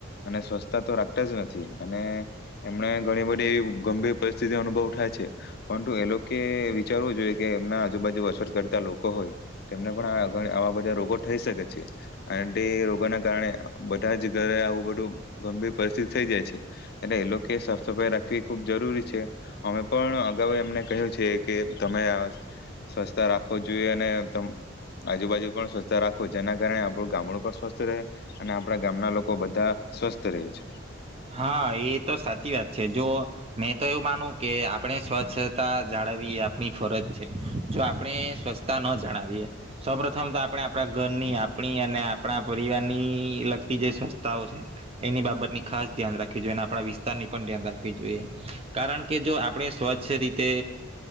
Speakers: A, on the left; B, on the right.
A: અને સ્વચ્છતા તો રાખતા જ નથી અને, એમણે ઘણી બધી ગંભીર પરિસ્થિતિ અનુભવ થાય છે, પરંતુ એ લોકો વિચારવું જોઈએ કે એમના આજુબાજુ અસર કરતા લોકો હોય, તેમને પણ આવા બધા રોગો થઈ શકે છે, અને તે રોગોને કારણે બધા જ ઘરે આવું બધું ગંભીર પરિસ્થિતિ થઈ જાય છે, એટલે એ લોકો સાફ સફાઈ રાખવી ખૂબ જરૂરી છે, અમે પણ અગાઉ એમને કહ્યું છે કે તમે સ્વચ્છતા રાખ રા જોઈએ અને ત આજુબાજુ પણ સ્વસ્થ રાખો જેના કારણે આપણું ગામડું પણ સ્વસ્થ રહે, અને આપણા ગામના લોકો બધા સ્વસ્થ રહે છે.
B: હા એ તો સાચી વાત છે જો, મેં તો એવું માનું કે આપણે સ્વચ્છતા જાળવી આપણી ફરજ છે, જો આપણે સ્વચ્છતા ન જાણવીએ સૌપથમ તો આપણે આપણા ઘરની આપણી અને આપણા પરિવારની લગતી જે સ્વચ્છતાઓ છે, એની બાબતની ખાસ રાખ જોઈએ આપણા વિસ્તારની પણ ધ્યાન રાખવી જોઈએ, કારણ કે જો આપણે સ્વચ્છ રીતે